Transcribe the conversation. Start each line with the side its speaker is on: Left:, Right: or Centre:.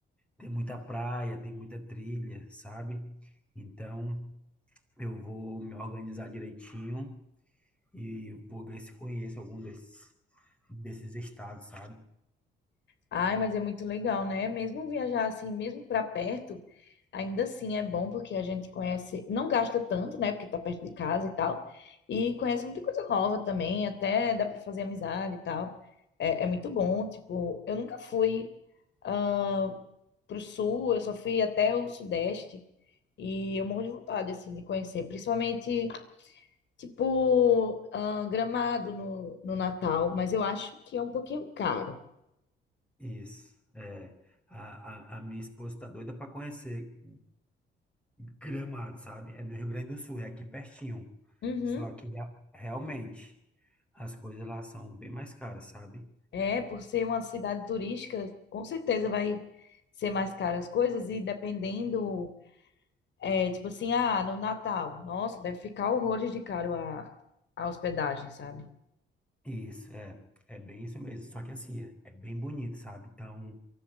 Centre: Tem muita praia, tem muita trilha, sabe? Então, eu vou me organizar direitinho e vou ver se conheço algum desses, desses estados, sabe?
Left: Ai, mas é muito legal, né? Mesmo viajar assim, mesmo para perto, ainda assim é bom porque a gente conhece, não gasta tanto, né? Porque tá perto de casa e tal, e conhece muita coisa nova também, até dá para fazer amizade e tal. É, é muito bom, tipo, eu nunca fui ah, pro sul, eu só fui até o sudeste e eu morro de vontade assim de conhecer, principalmente tipo ah, Gramado no, no Natal, mas eu acho que é um pouquinho caro.
Centre: Isso. É, a, a, a minha esposa tá doida para conhecer Gramado, sabe? É no Rio Grande do Sul, é aqui pertinho.
Left: Uhum.
Centre: Só que rea- realmente as coisas lá são bem mais caras, sabe?
Left: É, por ser uma cidade turística, com certeza vai ser mais caro as coisas e dependendo, é, tipo assim, ah, no Natal, nossa, deve ficar horrores de caro a, a hospedagem, sabe?
Centre: Isso, é, é bem isso mesmo. Só que assim, é é bem bonito, sabe? Então,